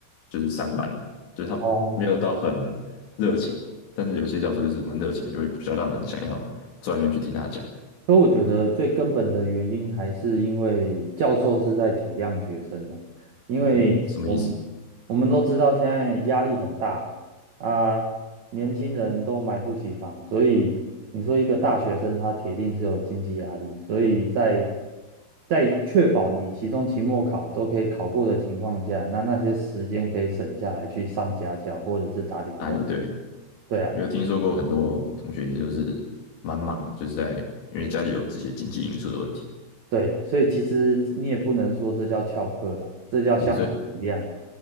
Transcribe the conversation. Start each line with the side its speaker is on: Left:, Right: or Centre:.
Left: 就是上班的，就是他们没有到很
Right: 哦，
Left: 热情，但是有些教授就是蛮热情，就会比较让人想要坐在那边去听他讲。
Right: 所以我觉得最根本的原因还是因为教授是在体谅学生的，因为我们我们都知道现在压力很大啊，
Left: 嗯，什么意思？
Right: 年轻人都买不起房，所以你说一个大学生他铁定是有经济压力，所以在在确保你期中、期末考都可以考过的情况下，那那些时间可以省下来去上家教或者是打点工，
Left: 啊，也对哦。
Right: 对啊。
Left: 我有听说过很多同学，也就是蛮忙的，就是在因为家里有这些经济因素的问题，
Right: 对，所以其实你也不能说这叫翘课啊，这叫相互体谅。
Left: 也所以